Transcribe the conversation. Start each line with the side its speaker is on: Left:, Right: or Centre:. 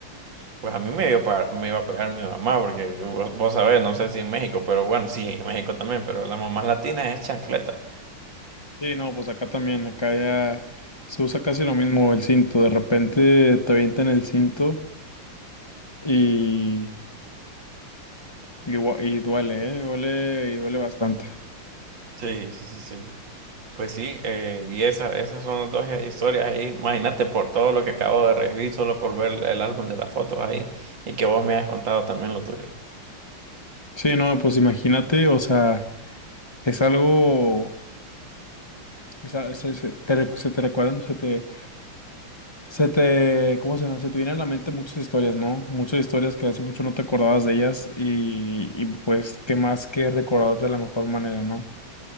Right: Pues a mí me iba a pegar, me iba a pegar mi mamá, porque vos, vos sabés, no sé si en México, pero bueno, sí, en México también, pero las mamás latinas es chancleta.
Left: Sí, no, pues acá también, acá ya se usa casi lo mismo el cinto. De repente te avientan el cinto y, y, gua- y duele, ¿eh? Duele y duele bastante.
Right: Sí, sí, sí, sí. Pues sí, eh, y esa, esas son las dos historias ahí. Imagínate por todo lo que acabo de revivir solo por ver el álbum de las fotos ahí y que vos me has contado también lo tuyo.
Left: Sí, no, pues imagínate, o sea, es algo, es a- es- es- te recu- se te recuerdan, se te, se te, ¿cómo se llama? Se te vienen a la mente muchas historias, ¿no? Muchas historias que hace mucho no te acordabas de ellas y, y pues qué más que recordarlas de la mejor manera, ¿no?